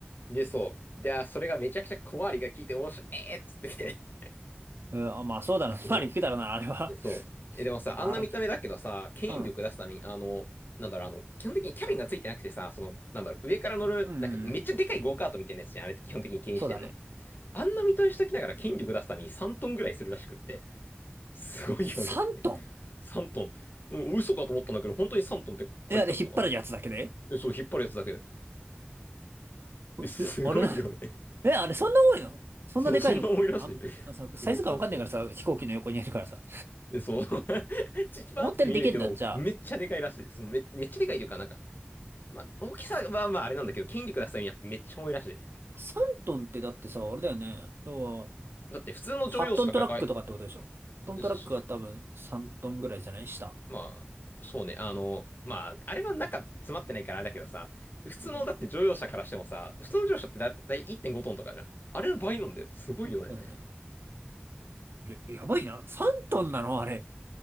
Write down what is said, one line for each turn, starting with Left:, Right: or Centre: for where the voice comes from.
Left: で、そう。で、あそれがめちゃくちゃ小回りが効いて面白い、えーっつってて
Right: うん、あ、まあそうだな。
Left: そ
Right: <laughs> まあ聞くだろうな、あれは。
Left: う。そう。え、でもさ、
Right: あ、
Left: あんな見た目だけどさ、
Right: 荒木。
Left: 牽引力出すために、
Right: うん。
Left: あの、なんだろう、あの、基本的にキャビンがついてなくてさ、その、なんだろう、上から乗る、
Right: うん、うんうん。
Left: なんかめっちゃでかいゴーカートみたいなやつじゃん、あれって基本的に牽引してんの。
Right: そうだね。
Left: あんな見た目しときながら牽引力出すために3トンぐらいするらしくって。すごいよね。
Right: 3トン
Left: <laughs> 3トン。うん、嘘かと思ったんだけど、本当に3トンって書いてあったから。
Right: え、あれ引っ張るやつだけで
Left: え、そう、引っ張るやつだけで。え、すごいよね。
Right: え、えあれな、え、あれそんな重いのそんなでかいのかあ、
Left: そう、そんな重いらしい。
Right: んあさサイズ感わかんないからさ、
Left: そうそうそう。
Right: 飛行機の横にいるからさ。
Left: えそう。<laughs> ちチパって見えるけど、
Right: 思ったよりでけんだ。じゃあ、
Left: めっちゃでかいらしい。そうめ、めっちゃでかいというか、なんか、まあ、大きさはまあまあれなんだけど、筋力出すためにやっぱめっちゃ重いらしい。
Right: 3トンってだってさ、あれだよね。要は
Left: だって普通の乗用車とかが、
Right: 8トントラックとかってことでしょ。
Left: そ
Right: 8トントラックは多分3トンぐらいじゃない下。
Left: うそう、まあ、そうね、あの、まあ、あれは中詰まってないからあれだけどさ、普通のだって乗用車からしてもさ、
Right: うん。
Left: 普通の乗用車ってだだい1.5トンとかじゃん。あれの倍なんだよ。すごいよね。
Right: そうだね。や、やばいな。3トンなのあれ。